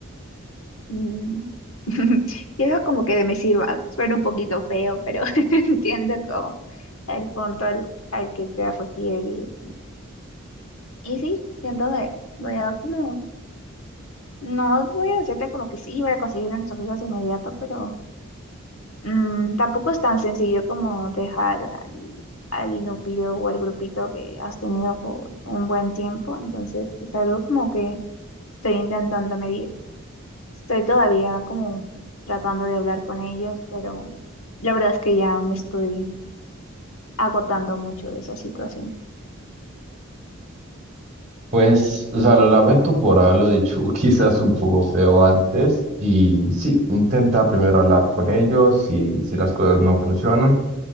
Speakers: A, on the left; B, on the right.
A: Mm. <laughs> Quiero como que de me sirva, suena un poquito feo, pero <laughs> entiendo como el punto al, al que te refieres. Y, y sí, siento que voy a como No voy a decirte como que sí, voy a conseguir a nuestros amigos de inmediato, pero mm, tampoco es tan sencillo como dejar al, al núcleo o al grupito que has tenido por un buen tiempo. Entonces, es algo como que estoy intentando medir. Estoy todavía como tratando de hablar con ellos, pero la verdad es que ya me estoy agotando mucho de esa situación.
B: Pues, o sea, lo lamento por haberlo dicho <laughs> quizás un poco feo antes y sí, intenta primero hablar con ellos y si las cosas no funcionan.